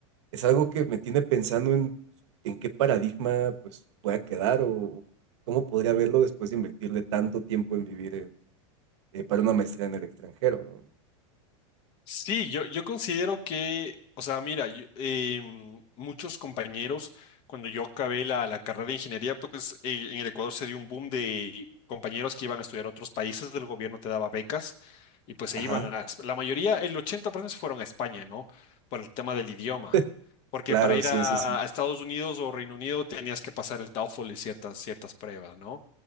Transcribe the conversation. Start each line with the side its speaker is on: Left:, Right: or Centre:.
Right: es algo que me tiene pensando en, en qué paradigma pues voy a quedar o cómo podría verlo después de invertirle tanto tiempo en vivir en eh, para una maestría en el extranjero, ¿no?
Left: Sí, yo, yo considero que, o sea, mira, yo- em, muchos compañeros, cuando yo acabé la, la carrera de ingeniería, pues eh, en el Ecuador se dio un boom de compañeros que iban a estudiar a otros países, el gobierno te daba becas y pues se
Right: Ajá,
Left: iban a, Es- la mayoría, el 80% se fueron a España, ¿no? Por el tema del idioma,
Right: <laughs>
Left: porque
Right: claro,
Left: para ir
Right: sí,
Left: a,
Right: sí, sí,
Left: a Estados Unidos o Reino Unido tenías que pasar el TOEFL y ciertas, ciertas pruebas, ¿no?